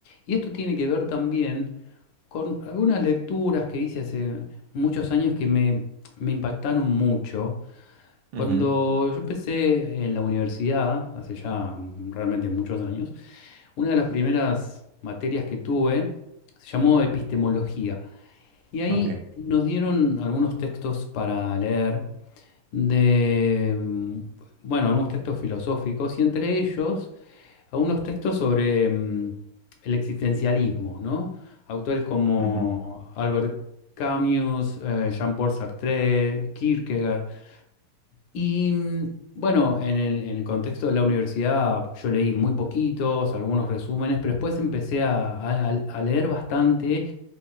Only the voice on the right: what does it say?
ujú.
Ok,
ujú,